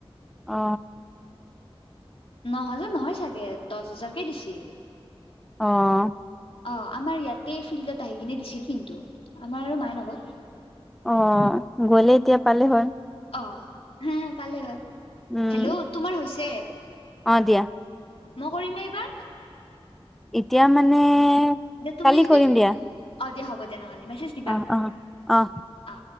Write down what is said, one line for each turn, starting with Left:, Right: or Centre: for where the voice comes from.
Centre: অ
Left: ন হাজাৰ নহয় চাগে দচ হাজাৰকে দিছিল
Centre: অহ
Left: অঁ আমাৰ ইয়াতে ফিল্ডত আহি কিনে দিছিল কিন্তু আমাৰ আৰু মায়ে নগল
Centre: অ গলে এতিয়া পালে হয়
Left: অ হা পালে হয়
Centre: উম
Left: হেল্ল' তোমাৰ হৈছে
Centre: অ দিয়া
Left: মই কৰিমনে এইবাৰ
Centre: এতিয়া মানে
Left: দে তুমি
Centre: কালি
Left: যদি
Centre: কৰিম দিয়া
Left: অ দিয়া হ'ব দিয়া নহ'লে মেছেজ দিবা
Centre: অ অ অ
Left: অ